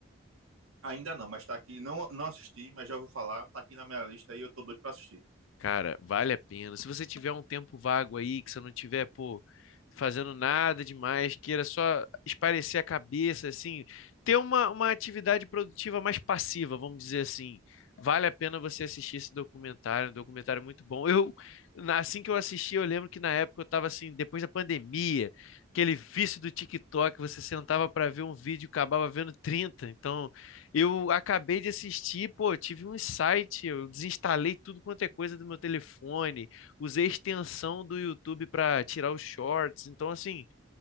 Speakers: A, on the right; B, on the left.
A: Ainda não, mas tá aqui. Não, não assisti, mas já ouvi falar. Tá aqui na minha lista e eu tô doido pra assistir.
B: Cara, vale a pena. Se você tiver um tempo vago aí, que você não tiver, pô, fazendo nada demais, queira só espairecer a cabeça, assim, ter uma, uma atividade produtiva mais passiva, vamos dizer assim. Vale a pena você assistir esse documentário, um documentário muito bom. Eu, na- assim que eu assisti, eu lembro que na época eu tava assim, depois da pandemia, aquele vício do TikTok, você sentava para ver um vídeo, e acabava vendo 30. Então, eu acabei de assistir, pô, tive um insight, eu desinstalei tudo quanto é coisa do meu telefone, usei a extensão do YouTube para tirar os shorts, então assim,